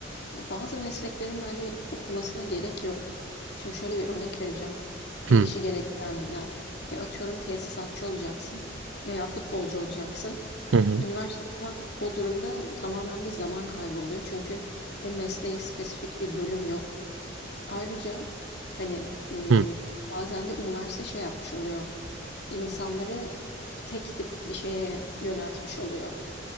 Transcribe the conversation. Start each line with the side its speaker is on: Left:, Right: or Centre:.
Left: Bazı mesleklerin bence okumasına gerek yok. Şimdi şöyle bir örnek vereceğim. El
Right: Hı
Left: işi gerektirenler. Ya atıyorum tesisatçı olacaksın veya futbolcu olacaksın.
Right: hı. hı.
Left: Üniversite okumak o durumda tamamen bir zaman kaybı oluyor. Çünkü o mesleğe spesifik bir bölüm yok. Ayrıca hani e,
Right: hı.
Left: bazen de üniversite şey yapmış oluyor. İnsanları tek tip bir şeye yöneltmiş oluyor.